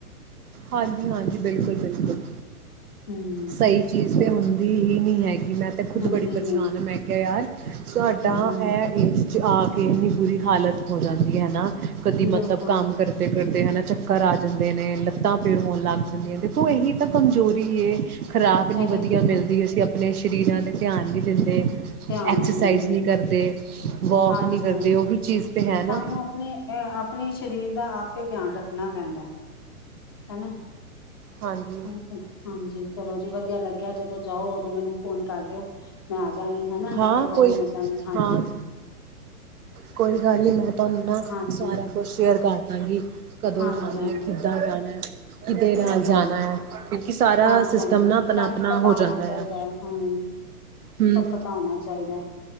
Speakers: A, on the right; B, on the left.
A: ਹਾਂਜੀ-ਹਾਂਜੀ ਬਿਲਕੁਲ-ਬਿਲਕੁਲ
B: ਹਮ
A: ਸਹੀ ਚੀਜ਼ ਤੇ ਹੁੰ ਹੁੰਦੀ ਹੀ ਨਹੀਂ ਹੈਗੀ। ਮੈਂ ਤੇ ਖੁਦ
B: ਹੁੰਦੀ
A: ਬੜੀ ਪਰੇਸ਼ਾਨ
B: ਨਹੀਂ
A: ਹਾਂ। ਮੈਂ ਕਿਹਾ ਯਾਰ ਸਾਡਾ
B: ਹਮ
A: ਏਹ ਇਸ ਵਿੱਚ ਆ ਕੇ ਇੰਨੀ ਬੁਰੀ ਹਾਲਤ ਹੋ ਜਾਂਦੀ ਹੈ ਨਾ। ਕਦੀ
B: ਬਿਲਕੁਲ
A: ਮਤਲਬ ਕੰਮ ਕਰਦੇ ਕਰਦੇ ਹਨਾ ਚੱਕਰ ਆ ਜਾਂਦੇ ਨੇ, ਲੱਤਾਂ ਪੀੜ ਹੋਣ ਲੱਗ ਜਾਂਦੀਆਂ, ਦੇਖੋ ਇਹੀ ਤਾਂ ਕਮਜ਼ੋਰੀ ਐ। ਖਰਾਕ ਨੀ
B: ਇਹੀ
A: ਵਧੀਆ
B: ਤੇ
A: ਮਿਲਦੀ। ਅਸੀਂ ਅਪਣੇ ਸਰੀਰਾਂ ਦੇ ਧਿਆਨ ਨੀ ਦਿੰਦੇ।
B: ਧਿਆਨ
A: ਐਕਸਰਸਾਈਜ਼
B: ਨਹੀਂ ਦਿੰਦੇ
A: ਨੀ ਕਰਦੇ, ਵੋਕ
B: ਹਾਂਜੀ
A: ਨੀ ਕਰਦੇ,
B: ਹਾਂਜੀ
A: ਉਹ ਵੀ ਚੀਜ਼ ਤੇ ਹੈ ਨਾ।
B: ਸਾਨੂੰ ਆਪਣੇ ਅਹ ਆਪਣੇ ਸਰੀਰ ਦਾ ਆਪੇ ਧਿਆਨ ਰੱਖਣਾ ਪੈਂਦਾ ਹੈ। ਹੈ ਨਾ
A: ਹਾਂਜੀ
B: <unintelligible> ਹਾਂਜੀ ਚਲੋ ਜੀ ਵਧਿਆ ਵਧੀਆ ਲੱਗਿਆ, ਜਦੋਂ ਜਾਓ ਉਦੋਂ ਮੈਨੂੰ ਫੋਨ ਕਰ ਲਓ, ਮੈਂ ਆ ਜਾਗੀ ਹਨਾ ਜਿੱਥੇ
A: ਹਾਂ,
B: ਕਹੋਗੇ
A: ਕੋਈ
B: ਮਿਲਾਂਗੇ ਹਾਂਜੀ
A: ਹਾਂ ਕੋਈ ਗੱਲ ਨੀ, ਮੈਂ ਤੁਹਾਨੂੰ ਨਾ
B: ਹਾਂਜੀ
A: ਸਾਰਾ ਕੁਛ ਸ਼ੇਅਰ ਕਰ ਦਾਂਗੀ, ਕਦੋਂ
B: ਹਾਂਜੀ
A: ਜਾਣਾ
B: ਹਾਂਜੀ
A: ਏ ਕਿੱਦਾਂ ਜਾਣਾ ਏ। ਕਿਧੇ ਨਾਲ
B: ਹੂੰ ਹੂੰ
A: ਜਾਣਾ ਏ ਕਿਉਂਕਿ ਸਾਰਾ
B: ਹਾਂਜੀ
A: ਸਿਸਟਮ
B: ਹਾਂਜੀ
A: ਨਾ ਆਪਣਾ-ਆਪਣਾ
B: ਸਾਨੂੰ ਪਤਾ
A: ਹੋ
B: ਹੋਣਾ
A: ਜਾਂਦਾ
B: ਚਾਹੀਦਾ
A: ਆ।
B: ਹੈ ਹੂੰ
A: ਹੂੰ
B: ਸਭ ਪਤਾ ਹੋਣਾ ਚਾਹੀਦਾ ਹੈ।